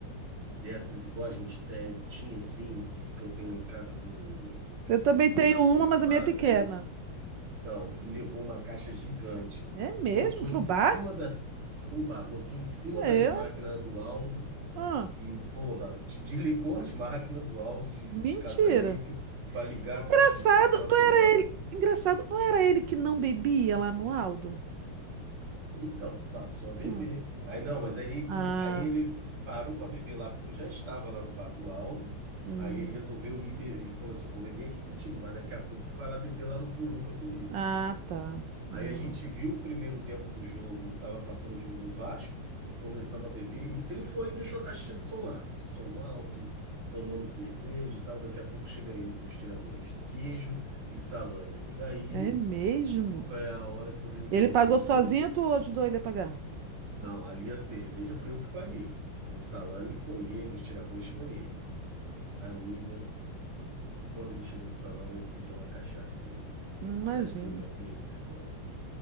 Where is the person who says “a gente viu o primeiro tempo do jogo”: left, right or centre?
Right